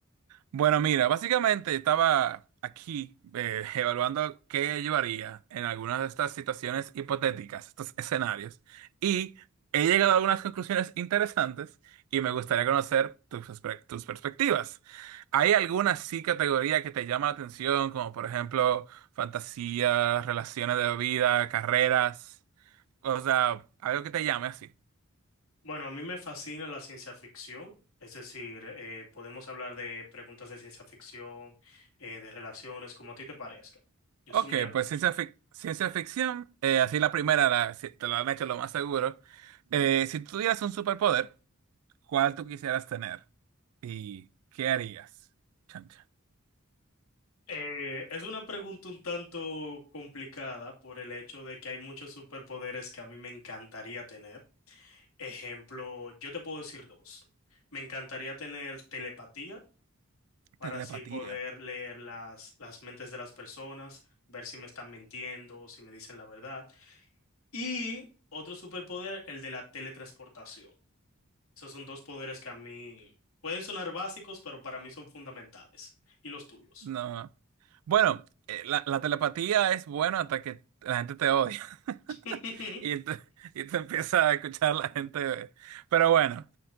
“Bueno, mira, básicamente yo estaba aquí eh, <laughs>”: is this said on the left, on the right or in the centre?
Right